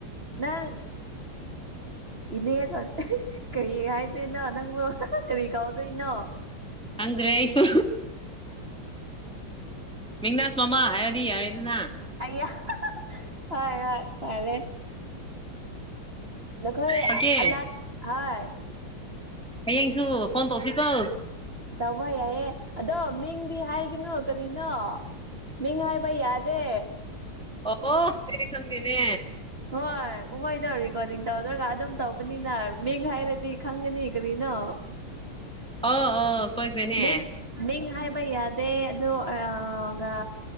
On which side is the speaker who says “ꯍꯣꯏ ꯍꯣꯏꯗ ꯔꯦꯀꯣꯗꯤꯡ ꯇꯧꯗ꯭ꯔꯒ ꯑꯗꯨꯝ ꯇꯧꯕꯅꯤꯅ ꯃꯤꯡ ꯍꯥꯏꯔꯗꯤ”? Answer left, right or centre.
Right